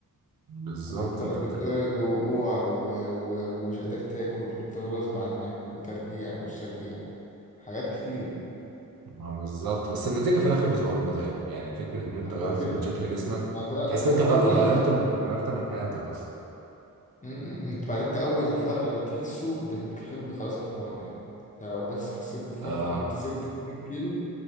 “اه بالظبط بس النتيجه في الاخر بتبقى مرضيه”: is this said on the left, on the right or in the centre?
Right